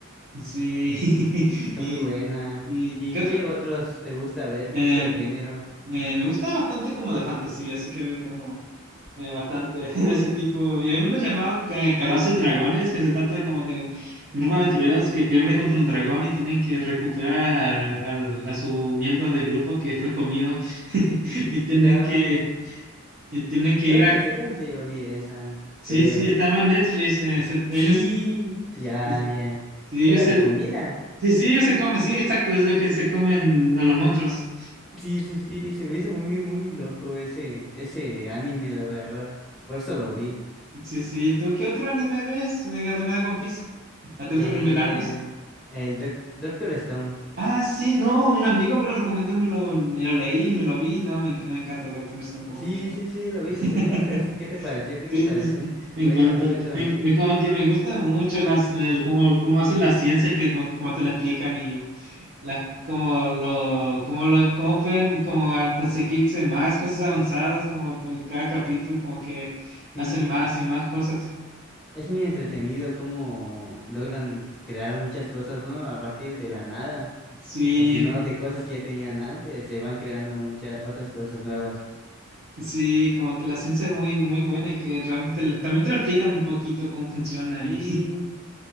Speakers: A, on the right; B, in the centre.
A: Sí, <laughs>
B: Está
A: y...
B: muy buena.
A: ¿Y
B: ¿Y
A: qué otra?
B: qué otros te gusta ver?
A: Em,
B: ¿Qué tipo de género?
A: Eh, me gusta bastante como de fantasía, así que veo como eh, bastante <laughs> de ese tipo. Y hay uno llamado que Calabozos y Dragones, que se trata como de un grupo de aventureros que pierde contra un dragón y tienen que recuperar al- a su miembro del grupo que fue comido. <laughs> Y tienen
B: Ya
A: que, y tienen que
B: Creo
A: ir a...
B: que, yo creo que sí lo vi esa,
A: Sí,
B: creo.
A: sí, estaba en Netflix. eh, se- ellos,
B: Sí, ya,
A: sí, sí,
B: ya.
A: sí,
B: Era
A: ellos se...
B: de comida.
A: Sí, sí, ellos se comen, sí, exacto, es lo que se comen a los monstruos.
B: Sí, sí, sí, se me hizo muy, muy loco ese, ese anime, la verdad. Por eso lo vi.
A: Sí, sí. ¿Tú qué otro anime ves? eh, Además de One Piece. ¿A ti te
B: Eh,
A: gustan los animes largos?
B: el Doc- Doctor Stone.
A: Ah, sí, no, un amigo me lo recomendó, me lo, me lo leí, me lo vi. No, me, enc- me encanta Doctor Stone, como
B: Sí,
A: que.
B: sí, sí, lo viste
A: <laughs>
B: entonces. ¿Qué te pareció? ¿Qué te
A: Sí,
B: pareció?
A: no sé, Me
B: Cuéntame,
A: encanta.
B: cuéntame.
A: Me- me- como que me gusta mucho las, el- como, como hacen la ciencia y que como, como te la explican y las como lo, como lo, cómo pueden como a- conseguirse más cosas avanzadas, como con cada capítulo, como que
B: Sí,
A: hacen más y más cosas.
B: es muy entretenido cómo logran crear muchas cosas, ¿no? A partir de la nada.
A: Sí,
B: O si no, de cosas que ya tenían antes, se van creando muchas otras cosas nuevas.
A: Sí, como que la ciencia es muy, muy buena y que realmente te lo- también te lo explican un poquito cómo funciona
B: Sí,
A: y